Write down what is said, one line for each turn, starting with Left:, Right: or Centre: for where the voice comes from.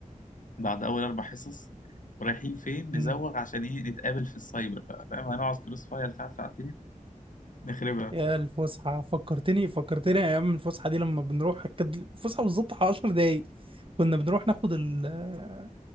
Left: بعد أول أربع حصص ورايحين فين
Right: مم.
Left: نزوغ عشان إيه نتقابل في السايبر بقى فاهم هنقعد كروس فاير ساعة ساعتين نخربها
Right: يا الفسحه فكرتني فكرتني ايام الفسحه دي لما بنروح كانت الفسحه بالظبط على 10 دقايق كنا بنروح ناخد ال... <laughs>